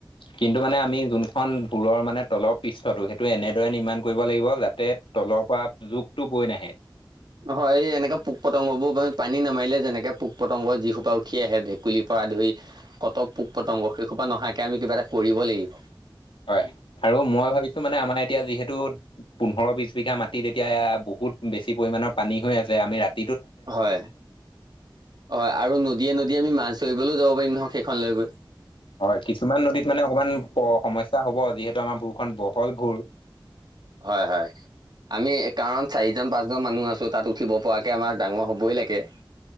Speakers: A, on the left; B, on the right.
A: কিন্তু মানে আমি যোনখন ভুঁৰৰ মানে তলৰ পৃষ্ঠটো সেই টো এনেদৰে নিৰ্মাণ কৰিব লাগিব যাতে তলৰ পৰা জুকটো বৈ নাহে।
B: হয়, এই এনেকা পোক-পতংগবোৰ মানে পানীত নমাইদিলে যেনেকে পোক-পতংগ যি সোপা উঠি আহে। ভেক্ ভেকুলিৰ পৰা ধৰি ক'ত পোক-পতংগ সেইসোপা নহাকে আমি কিবা এটা কৰিব লাগিব।
A: হয়, আৰু মই ভাৱিছোঁ মানে আমাৰ এতিয়া যিহেতু পোন্ধৰ, বিশ বিঘা মাটিত এতিয়া বহুত বেছি পৰিমাণৰ পানী হৈ আছে। আমি ৰাত
B: হয়, হয় আৰু নদীয়ে নদীয়ে আমি মাছ ধৰিবলো যাব পাৰিম নহয় সেইখন লৈ গৈ।
A: হয়, কিছুমান নদীত মানে অকণমান স সমস্ স্যা হ'ব। যিহেতু আমাৰ ভুঁৰখন বহল ভুঁৰ।
B: হয়, হয়। আমি কাৰণ চাৰিজন, পাঁচজন মানুহ আছো তাত উঠিব পৰাকে আমাৰ ডাঙৰ হ'বই লাগে।